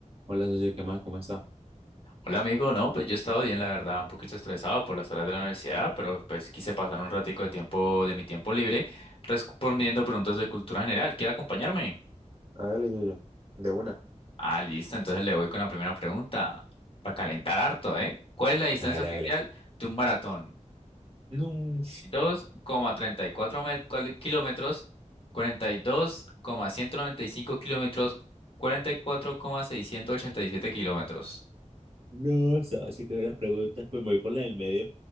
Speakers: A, on the right (about 50°); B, on the left (about 45°).
A: Hola, socio, ¿qué más? ¿Cómo está?
B: Hola amigo, no, pues yo he estado bien, la verdad, un poquito estresado por las tareas de la universidad, pero pues quise pasar un ratico de tiempo de mi tiempo libre respondiendo preguntas de cultura general. ¿Quiere acompañarme?
A: Hágale yo, De una.
B: Ah, listo, entonces le voy con la primera pregunta para calentar harto, ¿eh? ¿Cuál es la distancia
A: Hágale,
B: oficial
A: hágale.
B: de un maratón?
A: No,
B: 52,34 me- cual- kilómetros, cuarenta y y dos coma ciento noventa y cinco kilómetros, cuarenta y y cuatro coma seiscientos ochenta y siete kilómetros.
A: no, socio, que las preguntas. Pues me voy por la del medio.